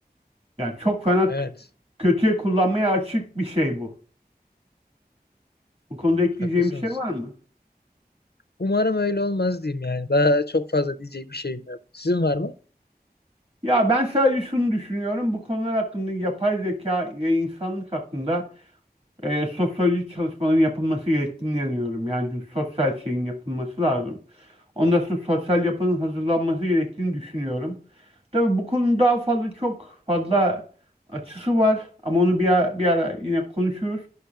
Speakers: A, on the right; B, on the left.
A: Yani çok fena
B: Evet,
A: k- kötüye kullanmaya açık bir şey bu. Bu konuda ekleyeceğim
B: haklısınız.
A: bir şey var mı?
B: Umarım öyle olmaz diyeyim yani. Daha çok fazla diyecek bir şeyim yok. Sizin var mı?
A: Ya ben sadece şunu düşünüyorum. Bu konular hakkında yapay zeka ve insanlık hakkında e, sosyolojik çalışmaların yapılması gerektiğini inanıyorum. Yani çünkü sosyal şeyin yapılması lazım. Ondan sonra sosyal yapının hazırlanması gerektiğini düşünüyorum. Tabii bu konunun daha fazla çok fazla açısı var ama onu bir ara, bir ara yine konuşuruz.